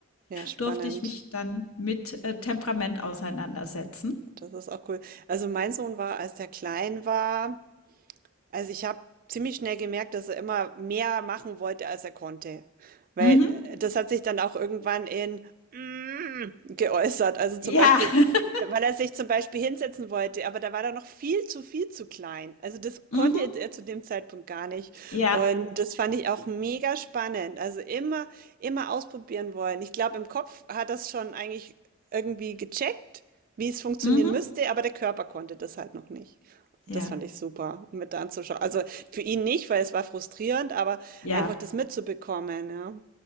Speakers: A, on the right (about 40°); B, on the left (about 85°).
A: Ja, spannend.
B: durfte ich mich dann mit, äh, Temperament auseinandersetzen.
A: Das ist auch cool. Also mein Sohn war, als der klein war, Also, ich habe ziemlich schnell gemerkt, dass er immer mehr machen wollte, als er konnte. Weil,
B: Mhm.
A: äh, das hat sich dann auch irgendwann in "Mm" geäußert. Also, zum
B: Ja.
A: Beispiel,
B: <laughs>
A: weil er sich zum Beispiel hinsetzen wollte, aber da war er noch viel zu viel zu klein. Also, das konnte
B: Mhm.
A: er zu dem Zeitpunkt gar nicht.
B: Ja.
A: Und das fand ich auch mega spannend. Also, immer immer ausprobieren wollen. Ich glaube, im Kopf hat das schon eigentlich irgendwie gecheckt, wie es funktionieren
B: Mhm.
A: müsste, aber der Körper konnte das halt noch nicht. Das
B: Ja.
A: fand ich super um mit anzuschauen. Also für ihn nicht, weil es war frustrierend, aber
B: Ja.
A: einfach das mitzubekommen, ja.